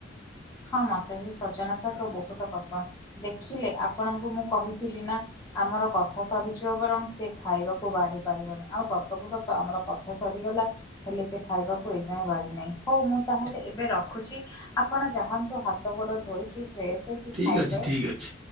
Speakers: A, on the left (about 20°); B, on the right (about 35°).
A: ହଁ ମତେ ବି ସଜନା ଶାଗ ବହୁତ ପସନ୍ଦ ଦେଖିଲେ ଆପଣଙ୍କୁ ମୁଁ କହିଥିଲି ନା ଆମର କଥା ସରିଯିବ ବରଂ ସେ ଖାଇବାକୁ <unintelligible> ପାରିବନି ଆଉ ସତ କୁ ସତ ଆମର କଥା ସରି ଗଲା ହେଲେ ସେ ଖାଇବାକୁ ଏଯାଏଁ ବାଢି ନାହିଁ ହଉ ମୁଁ ତାହେଲେ ଏବେ ରଖୁଛି ଆପଣ ଯାହାନ୍ତୁ ହାତ ଗୋଡ଼ ଧୋଇକି ଫ୍ରେଶ ହେଇକି
B: ଠିକ
A: ଖାଇବେ।
B: ଅଛି ଠିକ ଅଛି।